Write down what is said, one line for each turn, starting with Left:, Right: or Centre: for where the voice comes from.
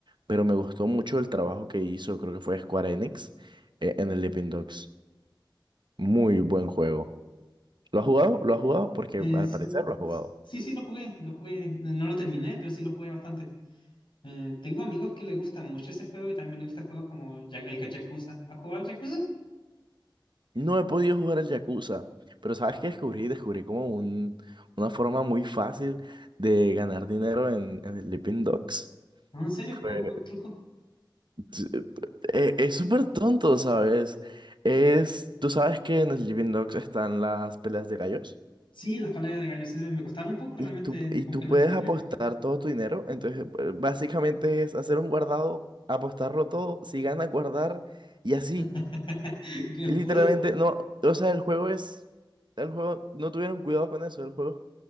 Right: pero me gustó mucho el trabajo que hizo, creo que fue Square Enix, eh, en el Sleeping Dogs. Muy buen juego. ¿Lo has jugado? ¿Lo has jugado? Porque
Left: Eh,
Right: al
Left: sí,
Right: parecer lo has jugado.
Left: sí, sí sí lo jugué, lo jugué, no no lo terminé, pero sí lo jugué bastante. Eh, tengo amigos que les gusta mucho ese juego y también les gustan juegos como Ya- el Yakuza. ¿Has jugado al Yakuza?
Right: No he podido jugar el Yakuza, pero ¿sabes qué descubrí? Descubrí como un, una forma muy fácil de ganar dinero en, en el Sleeping Dogs.
Left: ¿No? ¿En serio?
Right: Fue-
Left: ¿Con, con truco?
Right: t- eh, Es súper tonto, ¿sabes? Es, tú sabes que en el Sleeping Dogs están las peleas de gallos.
Left: Sí, las peleas de gallos eh, me costaban un poco, realmente
Right: Y tú,
Left: en-
Right: y
Left: como
Right: tú
Left: que no
Right: puedes
Left: entendía.
Right: apostar todo tu dinero. Entonces, eh, básicamente es hacer un guardado, apostarlo todo, si ganas, guardar y así.
Left: <laughs> Que
Right: Literalmente,
Left: puro.
Right: no, o sea, el juego es, el juego, no tuvieron cuidado con eso, el juego es